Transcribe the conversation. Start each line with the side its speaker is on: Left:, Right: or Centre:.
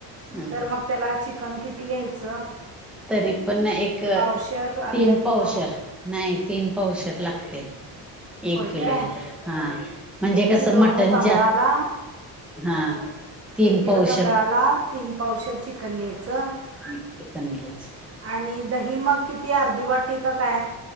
Centre: ह
Right: तर मग त्याला चिकन किती घ्यायचं?
Centre: तरी पण ना एक
Right: पावशर अर्धा
Centre: तीन
Right: किलो
Centre: पावशेर, नाही तीन पावशेर लागते. एक
Right: होय
Centre: किलो
Right: काय
Centre: ह्याला हा म्हणजे
Right: एक
Centre: कसं
Right: किलो
Centre: मटणचे-
Right: तांदळाला
Centre: हा तीन
Right: एक किलो
Centre: पावशेर-
Right: तांदळाला तीन पावशर चिकन घ्यायचं.
Centre: आणि पण घ्यायच.
Right: आणि दही मग किती अर्धी वाटी का काय?